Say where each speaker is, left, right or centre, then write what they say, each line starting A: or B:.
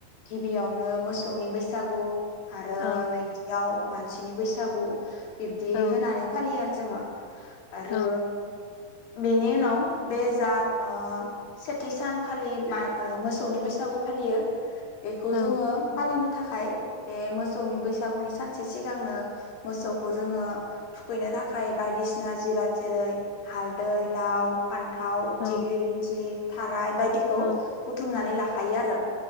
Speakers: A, on the left; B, on the left.
A: गिबियाव मोसौनि बैसागु आरो
B: औ
A: नैथियाव मानसिनि बैसागु बिब्दि
B: औ
A: होनानै फालियो आरो। जोंङो आरो
B: औ
A: बेनि बेनि उनाव बे जा ओ सेथि सानखालि मोसौनि बैसागु फालियो। बेखौ
B: औ
A: जोङो फालिनो थाखा। थाखाय बे मोसौनि बैसागुनि सानसे सिगांनो मोसौखौ जोङो थुखैनो थाखाय। थाखाय बायदिसिना जिराद जेरै हालदै लाव। फान्थाव
B: औ
A: दिग्लिलिथि थाराय बायदिखौ
B: औ
A: बुथुमनानै ला। हायो आरो।